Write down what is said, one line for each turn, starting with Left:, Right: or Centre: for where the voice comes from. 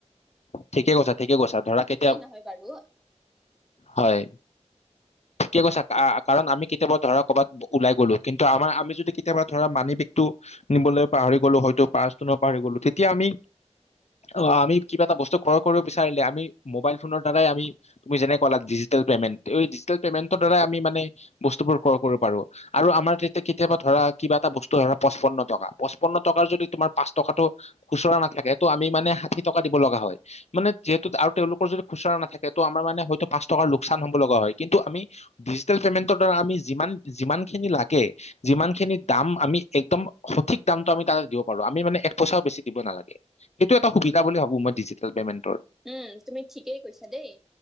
Left: ঠিকে কৈছা ঠিকে কৈছা, ধৰা কেতিয়া,
Centre: নহয় বাৰু
Left: হয় ঠিকে কৈছা, কাৰণ আমি কেতিয়াবা ধৰক ক'ৰবাত ওলাই গ'লো, কিন্তু আমাৰ আমি যদি কেতিয়াবা ধৰা মানি বেগটো নিবলৈ পাহৰি গলো হয়টো পাৰ্চটো নিব পাহৰি গলো তেতিয়া আমি অ' আমি কিবা এটা বস্তু ক্ৰয় কৰিব বিচাৰিলে আমি মবাইল ফনৰ দ্বাৰা আমি, তুমি যেনেকৈ ক'লা ডিজিটেল পেমেণ্ট, এই ডিজিটেল পেমেণ্টৰ দ্বাৰাই আ আমি মানে বস্তুবোৰ ক্ৰয় কৰিব পাৰো। আৰু আমাৰ তেতিয়া কেতিয়াবা ধৰা কিবা এটা বস্তু ধৰা পঁচপন্ন টকা পঁচপন্ন টকাৰ যদি তোমাৰ পাঁচ টকাটো খুচুৰা নাথাকে তটো আমি মানে ষাঠি টকা দিব লগা হয়। মানে যিহেতু আৰু তেওঁলোকৰ যদি খুচুৰা নাথাকে তটো আমাৰ মানে হয়টো পাঁচ টকাৰ লোকচান হব লগা হয়, কিন্তু আমি ডিজিটেল পেমেন্টৰ দ্বাৰা আমি যিমান যিমান খিনি লাগে যিমান খিনি দাম আমি একদম সঠিক দামটো আমি তাতে দিব পাৰো। আমি মানে এক পইচাও বেছি দিব নালাগে, সেইটো এটা সুবিধা বুলি ভাবো মই ডিজি টেল পেমেণ্ট
Centre: উম, তুমি ঠিকেই কৈছা দেই,